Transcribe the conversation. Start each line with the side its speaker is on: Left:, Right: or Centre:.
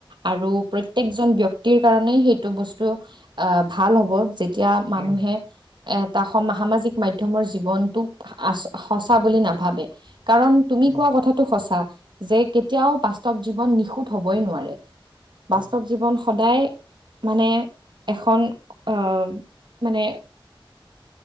Right: আৰু প্ৰত্যেক জন ব্যক্তিৰ কা কাৰণেই সেইটো বস্তু আ ভাল হ'ব যেতিয়া মানুহে
Left: উম,
Right: এটা স সামাজিক মাধ্যমৰ জীৱনতোক আ সঁচা বুলি নাভাবে। কাৰণ তুমি
Left: উম,
Right: কোৱা কথাটো সঁচা যে কেতিয়াও বাস্তৱ জীৱন নিখুঁত হ'বই নোৱাৰে।
Left: হয়
Right: বাস্তৱ জীৱন সদায় মানে এখন অ মানে